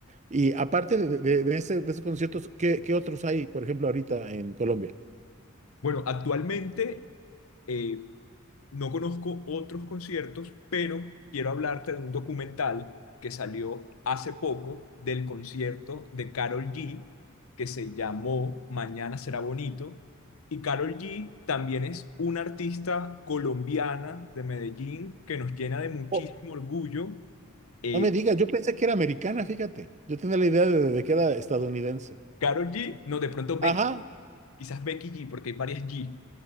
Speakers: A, on the right (about 35°); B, on the left (about 85°).
A: Y aparte de, de- de ese- de esos conciertos, ¿qué, qué otros hay, por ejemplo, ahorita en Colombia?
B: Bueno, actualmente eh, no conozco otros conciertos, pero quiero hablarte de un documental que salió hace poco del concierto de Karol G, que se llamó Mañana será bonito. Y Karol G también es una artista colombiana de Medellín que nos llena de muchísimo
A: Oh,
B: orgullo eh,
A: no me digas, yo pensé que era americana, fíjate. Yo tenía la idea de de que era estadounidense.
B: Karol G, no, de pronto Becky,
A: Ajá,
B: quizás Becky G, porque hay varias G.